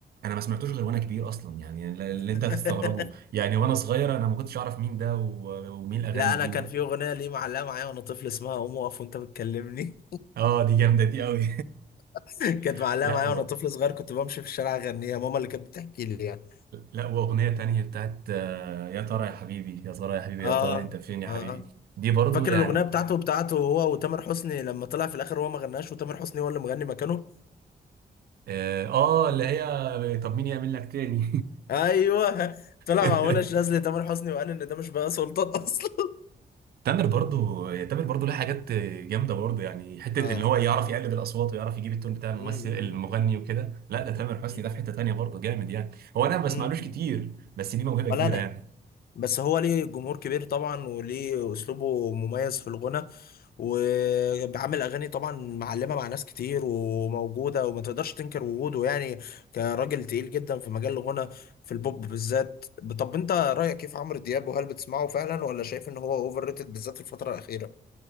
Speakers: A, on the right (about 70°); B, on the left (about 65°).
A: انا ما سمعتوش غير وانا كبير اصلا يعني اللي
B: <laughs>
A: انت هتستغربه يعني وانا صغير انا ما كنتش اعرف مين ده و- ومين الاغاني
B: لا
A: دي
B: انا كان
A: و...
B: في اغنيه ليه معلقه معايا وانا طفل اسمها قوم اقف وانت بتكلمني
A: اه دي جامده دي قوي
B: <laughs> كانت
A: <laughs>
B: معلقه
A: لا
B: معايا
A: هو
B: وانا طفل صغير كنت بمشي في الشارع اغنيها ماما اللي كانت بتحكي لي يعني
A: لا واغنيه تانية بتاعت آه، يا ترى يا حبيبي يا ترى يا حبيبي
B: اه
A: يا ترى انت فين يا حبيبي
B: اه آه.
A: دي برضو
B: فاكر
A: يعني
B: الاغنيه بتاعته بتاعته هو وتامر حسني لما طلع في الاخر هو ما غناش وتامر حسني هو اللي مغني مكانه
A: اه آه، اللي هي طب مين يعمل لك تاني
B: ايوه <laughs> طلع
A: <laughs>
B: مع منى شاذلي تامر حسني وقال ان ده مش بقى سلطان <laughs> اصلا
A: تامر برضو يعني تامر برضو له حاجات جامده برضو يعني حته
B: اه
A: ان هو يعرف يقلد الاصوات ويعرف يجيب التون بتاع الممثل
B: م- م-
A: المغني
B: م-
A: وكده لا ده تامر
B: م-
A: حسني ده في حته تانيه برضو جامد يعني هو انا ما
B: م-
A: بسمعلوش
B: م.
A: كتير بس دي موهبه
B: ولا
A: كبيره
B: انا
A: يعني
B: بس هو ليه جمهور كبير طبعا وليه اسلوبه مميز في الغنى وعامل اغاني طبعا معلمه مع ناس كتير وموجوده وما تقدرش تنكر وجوده يعني كراجل تقيل جدا في مجال الغنى في البوب بالذات طب انت رايك كيف عمرو دياب وهل بتسمعه فعلا ولا شايف ان هو اوفر ريتد بالذات في الفتره الاخيره